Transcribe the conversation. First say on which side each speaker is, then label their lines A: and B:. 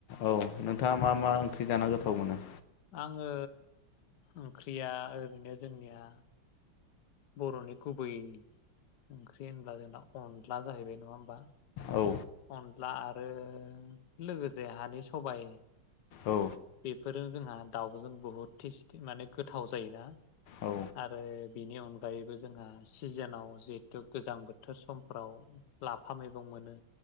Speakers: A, on the left; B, on the left.
A: औ। नोंथाङा मा मा ओंख्रि जाना गोथाव मोनो?
B: आंङो ओंख्रिया ओरैनो जोंनिया बर'नि गुबै ओंख्रि होनब्ला जोंना अनला जाहैबाय नङा होमबा।
A: औ
B: अन्ला आरो लोगोसे हानि सबाय।
A: औ।
B: बेफोरजों जोंहा दाउजों बहुद टेस्टि माने गोथाव जायोना।
A: औ
B: आरो बेनि अनगायैबो जोंहा सिजोनाव जिहेथु गोजां बोथोर समफ्राव लाफा मैगं मोनो